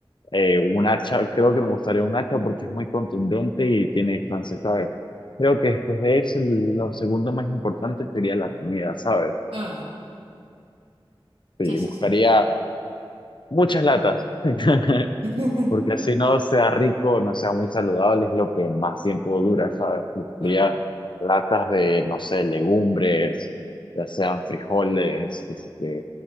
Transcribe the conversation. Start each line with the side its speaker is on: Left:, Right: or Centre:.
Left: Eh, un hacha, creo que me gustaría un hacha porque es muy contundente y tiene distancia, ¿sabes? Creo que después de eso, lo segundo más importante sería la comida, ¿sabes?
Right: Mm,
Left: Sí,
Right: sí, sí,
Left: buscaría
Right: sí.
Left: muchas latas. <laughs>
Right: <laughs>
Left: Porque así no sea rico, no sea muy saludable, es lo que más tiempo dura, ¿sabes? Buscaría
Right: Mm,
Left: latas de, no sé, legumbres, ya sean frijoles, que sí que